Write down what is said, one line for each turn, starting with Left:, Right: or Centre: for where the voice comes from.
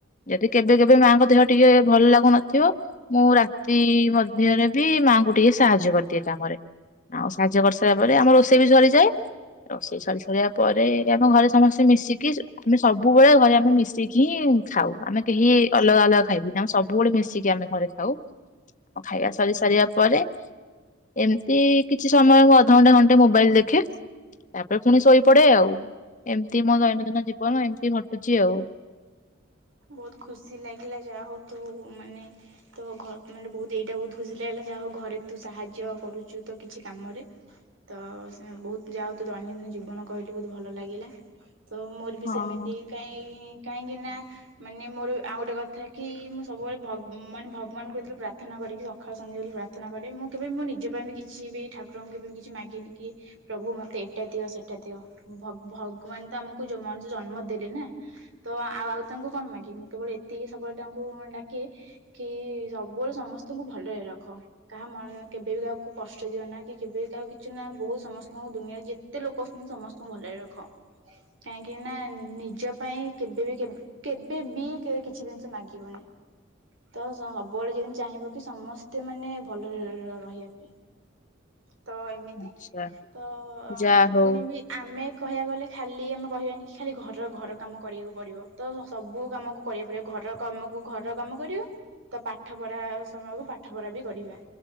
Left: ଯଦି କେବେ କେ ବେ ମାଙ୍କ ଦେହ ଟିକେ ଭଲ୍ ଲାଗୁନଥିବ। ମୁଁ ରାତି ମଧ୍ୟରେ ବି ମାଙ୍କୁ ଟିକେ ସାହାଯ୍ୟ କରିଦିଏ କାମରେ। ଆଉ ସାହାଯ୍ୟ କରିସାରିଲା ପରେ ଆମ ରୋଷେଇ ବି ସରିଯାଏ। ରୋଷେଇ ସରି ସରିବା ପରେ ଆମ ଘରେ ସମସ୍ତେ ମିଶିକି ଆମେ ସବୁବେଳେ ଘରେ ଆମେ ମିଶିକି ଖାଉ ଆମେ କେହି ଅଲଗା ଅଲଗା ଖାଇବୁନି ଆମେ ସବୁବେଳେ ମିଶିକି ଆମେ ଘରେ ଖାଉ। ଖାଇବା ସରି ସାରିବା ପରେ ଏମିତି କିଛି ସମୟ ମୁଁ ଅଧଘଣ୍ଟା ଘଣ୍ଟେ ମୋବାଇଲ ଦେଖେ। ତାପରେ ପୁଣି ଶୋଇପଡେ ଆଉ, ଏମିତି ମୋ ଦୈନନ୍ଦିନ ଜୀବନ ଏମିତି ଘଟୁଛି ଆଉ।
Right: ବୋହୁତ୍ ଖୁସି ଲାଗିଲା ଯାହା ହଉ ତୁ ମାନେ ତ ଘ ମାନେ ବହୁତ୍ ଏଇଟା ବୋହୁତ୍ ଖୁସି ଲାଗିଲା ଯାହା ହଉ ଘରେ ତୁ ସାହାଯ୍ୟ କରୁଚୁ ତ କିଛି କାମରେ। ତ ସେ ବହୁତ୍ ଯାଉ ତ ଦୈନନ୍ଦିନ ଜୀବନ କହିଲି ବୋହୁତ୍ ଭଲ ଲାଗିଲା ତ ମୋ ମୁଁ ବି
Left: ହଁ
Right: ସେମିତି କାଇଁ କାହିଁକି ନା ମାନେ ମୋର ଆଉ ଗୋଟେ କଥା କି ମୁଁ ସବୁବେଳେ ଭଗ୍ ମାନେ ଭଗବାନଙ୍କୁ ପ୍ରାର୍ଥନା କରିକି ସକାଳେ ସନ୍ଧ୍ୟାରେ ପ୍ରାର୍ଥନା କରେ ମୁଁ କେବେ ମୋ ନିଜ ପାଇଁ ବି କିଛି ବି ଠାକୁରଙ୍କୁ କେବେ କିଛି ମାଗିନି କି ପ୍ରଭୁ ମତେ ଏଇଟା ଦିଅ ସେଟା ଦିଅ, ଭଗ୍ ଭଗବାନ ତ ଆମକୁ ଯୋଉ ମଣିଷ ଜନ୍ମ ଦେଲେ ନା। ତ ଆଉ ଆଉ ତାଙ୍କୁ କଣ ମାଗେ ମୁଁ କେବଳ ଏତିକି ସବୁବେଳେ ତାଙ୍କୁ ଡାକେ କି ସବୁବେଳେ ସମସ୍ତଙ୍କୁ ଭଲରେ ରଖ। କାହା ମନ୍ କେବେ ବିି କାହାକୁ କଷ୍ଟ ଦିଅ ନା କି କେବେ ବି କାକୁ କିଛି ନା ବହୁତ୍ ସମସ୍ତଙ୍କୁ ଦୁନିଆରେ ଯେତ ଏତେ ଲୋକଛନ୍ତି ସମସ୍ତଙ୍କୁ ଭଲରେ ରଖ କାହିଁକି ନା ନିଜ ପାଇଁ କେବେବି କେବେ କେବେ ବି କେବେ କିଛି ଜିନିଷ ମାଗିବନି। ତ ସବୁବେଳେ ଯେମିତି ଚାହିଁବ କି ସମସ୍ତେ ମାନେ ଭଲରେ ରହି ରହିବା ପାଇଁ। ତ ଏମିତି,
Left: ଆଚ୍ଛା
Right: ତ
Left: ଯା ହଉ।
Right: ପୁଣି ବି ଆମେ କହିବାକୁ ଗଲେ ଖାଲି ଆମେ କହିବାନି କି ଖାଲି ଘର ଘର କାମ କରିବାକୁ ପଡିବ ତ ସବୁ କାମକୁ କରିବାକୁ ପଡିବ ଘରର କାମକୁ ଘରର କାମ କରିବା। ତ ପାଠ ପଢା ସମୟକୁ ପାଠ ପଢା ବି କରିବା।